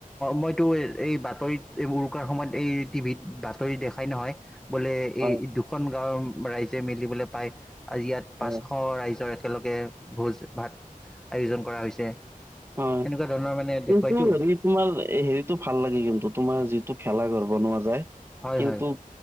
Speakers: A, in the centre; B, on the right.
A: মই টো এই বাতৰিত উৰুকাৰ সময়ত এই টিভিত বাতৰি দেখাই নহয় বোলে
B: হয়
A: এই দুখন গাঁৱৰ ৰাইজে মিলিবলে পায় আজি ইয়াত
B: হয়
A: পাঁচশ ৰাইজৰ একেলগে ভোজ ভাত আয়োজন কৰা হৈছে
B: হয়
A: সেনেকুৱা ধৰণৰ মানে
B: সিতে
A: দেখুৱাইতো
B: হেৰিত তোমাৰ হেৰিটো ভাল লাগে কিন্তু তোমাৰ যিটো ভেলাঘৰ বনোৱা যায়
A: হয়
B: কিন্তু
A: হয়